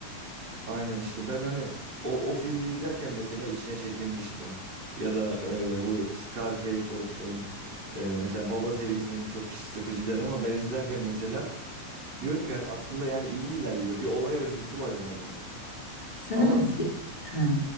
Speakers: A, on the right; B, on the left.
A: Aynen işte ben hani o, o filmi izlerken mesela içine çekilmiştim. Ya da e, bu Scarface olsun. e, mesela Baba serisini birçok kişi sıkıcı der ama ben izlerken mesela diyorum ki hani aslında yani iyi ilerliyor. Bir olay örgüsü var en azından.
B: Sen
A: Ama
B: ama... si- Ha,